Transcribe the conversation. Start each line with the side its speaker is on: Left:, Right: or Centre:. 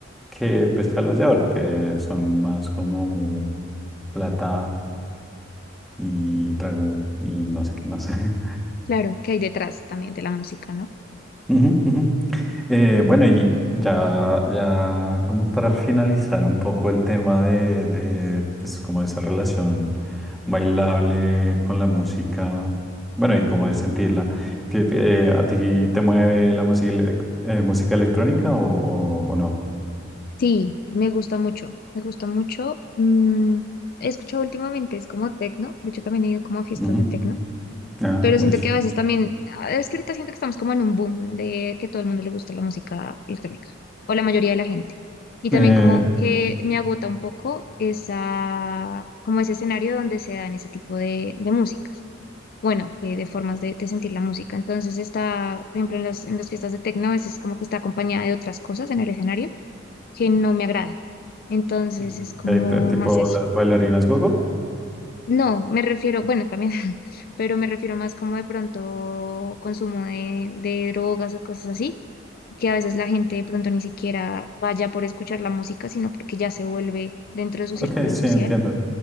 Centre: que pues a los de ahora, que son más como plata y trago y no sé qué más. <laughs>
Left: Claro, que hay detrás también de la música, ¿no?
Centre: Ujú, ujú. Eh, bueno, y ya, ya como para finalizar un poco el tema de, de, pues, como esa relación bailable con la música, bueno, y como de sentirla, que eh, a ti te mueve la música, elec- eh, música electrónica o, o- o no?
Left: Sí, me gusta mucho, me gusta mucho. mm, he escuchado últimamente, es como tecno, de hecho también he ido como a fiestas
Centre: Ujú.
Left: de tecno
Centre: Ah,
Left: Pero
Centre: uy.
Left: siento que a veces también, ah, es que ahorita siento que estamos como en un boom de que todo el mundo le gusta la música electrónica, o la mayoría de la gente. Y también
Centre: Eh,
Left: como que me agota un poco esa, como ese escenario donde se dan ese tipo de, de músicas. Bueno, eh, de formas de, de sentir la música. Entonces está, por ejemplo, en las, en las fiestas de tecno, a veces como que está acompañada de otras cosas en el escenario que no me agrada. Entonces
Centre: ok,
Left: es como
Centre: te- tipo
Left: más eso.
Centre: las bailarinas gogo.
Left: No, me refiero, bueno, también, <laughs> pero me refiero más como de pronto consumo de, de drogas o cosas así, que a veces la gente de pronto ni siquiera vaya por escuchar la música, sino porque ya se vuelve dentro de su círculo
Centre: Ok, sí,
Left: social
Centre: entiendo.